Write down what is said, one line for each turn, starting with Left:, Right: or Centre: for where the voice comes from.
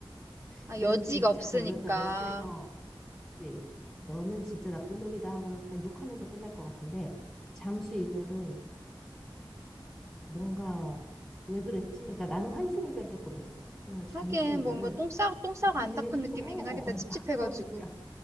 Centre: <laughs>
Right: 아,
Centre: 너는
Right: 여지가
Centre: 진짜
Right: 없으니까.
Centre: 별로였다. 넌 쓰레, 어, 그치. 너는 진짜 나쁜 놈이다 하고 약간 욕하면서 끝날 것 같은데, 잠수 이별은 뭔가, 왜 그랬지? 그러니까 나는 환승 이별을 고르겠어. 왜냐면 잠수
Right: 하긴,
Centre: 이별은
Right: 뭔가 똥 싸고, 똥 싸고
Centre: 나를
Right: 안
Centre: 되게
Right: 닦은
Centre: 계속
Right: 느낌이긴
Centre: 어
Right: 하겠다.
Centre: <laughs>
Right: 찝찝해가지고.
Centre: 막 그러니까